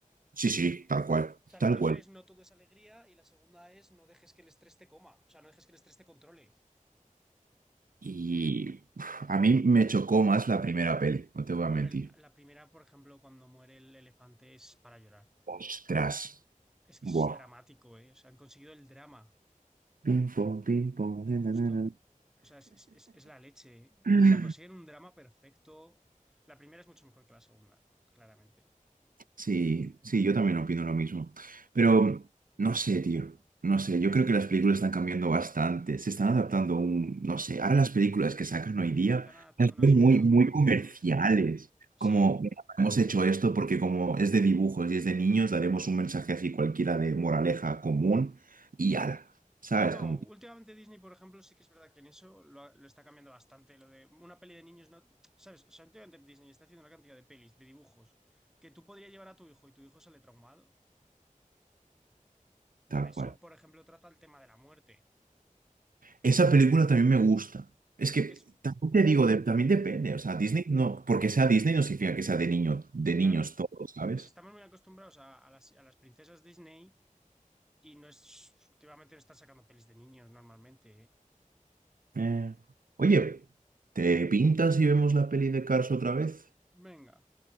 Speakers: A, on the right; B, in the centre.
A: Sí, sí, tal cual,
B: O sea,
A: tal
B: la primera
A: cual.
B: es no todo es alegría y la segunda es no dejes que el estrés te coma, o sea, no dejes que el estrés te controle.
A: Y uf, a mí me chocó más la primera peli, no te voy a mentir.
B: Hombre, la primera, por ejemplo, cuando muere el elefante es para llorar.
A: Ostras.
B: Es que es
A: Buah.
B: dramático, ¿eh? O sea, han conseguido el drama,
A: Pim, pom, pim, pom, na,
B: justo.
A: na, na,
B: O sea, es, es- es la leche.
A: na.
B: O sea, consiguen un drama perfecto. La primera es mucho mejor que la segunda, claramente.
A: Sí, sí, yo también opino lo mismo. Pero no sé, tío. No sé, yo creo que las películas están cambiando bastante. Se están adaptando a un, no sé, ahora las películas que sacan hoy día
B: Están adaptando
A: las
B: a una
A: veo
B: sociedad
A: muy,
B: de
A: muy
B: ofendiditos.
A: comerciales.
B: Sí,
A: Como "Mira, hemos hecho esto porque como es de dibujos y es de niños, daremos un mensaje así cualquiera de moraleja común y ala, ¿sabes?
B: No,
A: Como
B: últimamente Disney, por ejemplo, sí que es verdad que en eso lo, ha- lo está cambiando bastante. Lo de una peli de niños, no, ¿sabes? O sea, últimamente Disney está haciendo una cantidad de pelis, de dibujos, que tú podrías llevar a tu hijo y tu hijo sale traumado. La
A: tal
B: de Soul,
A: cual.
B: por ejemplo, trata el tema de la muerte.
A: Esa película también me gusta. Es que
B: Es,
A: también te digo, de- también depende. O sea, Disney no, porque sea Disney no significa que sea de niño, de
B: claro,
A: niños todos, ¿sabes?
B: pues estamos muy acostumbrados a, a las, a las princesas Disney y no es, últimamente no están sacando pelis de niños normalmente, ¿eh?
A: Eh, Oye, ¿te pintas y vemos la peli de Cars otra vez?
B: Venga,